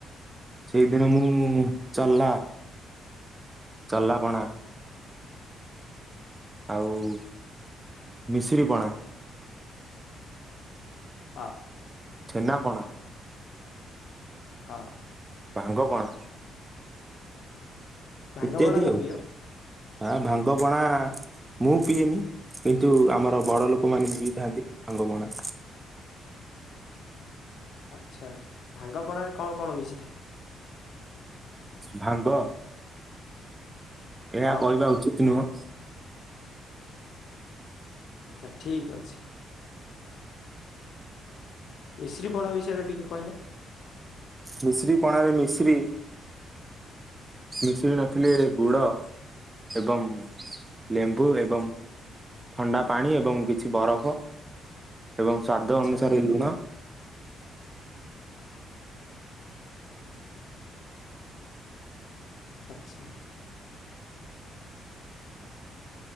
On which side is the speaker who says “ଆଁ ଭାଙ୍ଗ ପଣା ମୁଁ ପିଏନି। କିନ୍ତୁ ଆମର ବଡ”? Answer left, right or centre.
Right